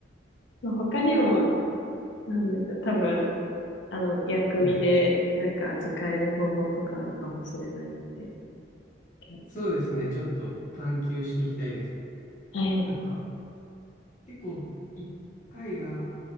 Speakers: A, on the left (about 80°); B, on the left (about 45°).
A: まあ他にも、なんでしょう、多分、あの、薬味でなんか味変える方法とかあるかもしれないです
B: はい。
A: けど。
B: そうですね。ちょっと探求していきたいですね。
A: はい。
B: なんか、結構一回が、